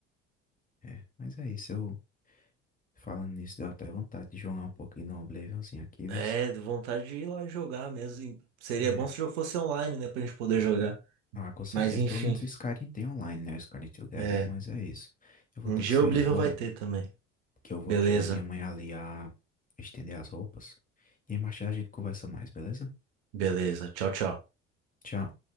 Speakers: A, on the left; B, on the right.
A: É, mas é isso, eu falando nisso, deu até vontade de jogar um pouquinho no Oblivionzinho aqui, vê
B: É,
A: se-
B: deu vontade de ir lá e jogar mesmo. E Seria
A: É.
B: bom se o jogo fosse online, né, pra gente poder jogar.
A: Ah, com certeza,
B: Mas enfim,
A: pelo menos o Skyrim tem online, né? O Skyrim Together,
B: é.
A: mas é isso. Eu vou
B: Um
A: ter
B: dia
A: que sair
B: o Oblivion
A: agora.
B: vai ter também.
A: que eu vou
B: Beleza,
A: ajudar minha mãe ali a estender as roupas. E aí mais tarde a gente conversa mais, beleza?
B: beleza. Tchau, tchau.
A: Tchau.